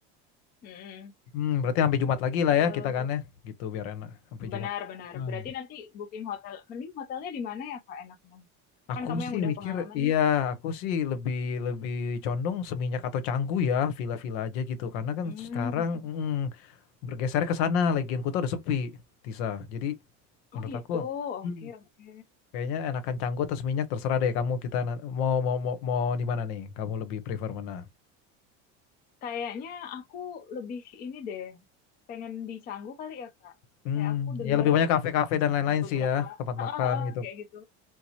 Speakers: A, on the left; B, on the left.
A: mm-mm,
B: Hmm, berarti sampai Jumat lagi lah
A: terus
B: ya kita kan ya, gitu biar enak sampai Jumat.
A: benar-benar.
B: Hmm.
A: Berarti nanti booking hotel, mending hotelnya di mana ya, Kak, enaknya?
B: Aku
A: Kan kamu
B: sih
A: yang udah
B: mikir,
A: pengalaman
B: iya,
A: nih.
B: aku sih lebih lebih condong Seminyak atau Canggu ya, villa-villa aja gitu. Karena kan
A: Hmm,
B: sekarang,
A: <laughs>
B: mm, bergeser ke sana Legion Kuta udah sepi Tisa jadi menurut
A: Oh gitu,
B: aku
A: oke
B: Hmm.
A: oke.
B: kayaknya enakan canggo atau seminyak terserah deh kamu kita na- mau mau mau, mau di mana nih kamu lebih prefer mana
A: Kayaknya aku lebih ini deh, pengen di Canggu kali ya Kak.
B: hmm
A: Kayak aku denger
B: ya lebih banyak kafe-kafe dan lain-lain
A: eh, beberapa,
B: sih ya tempat
A: eh,
B: makan
A: eh, eh,
B: gitu
A: kayak gitu.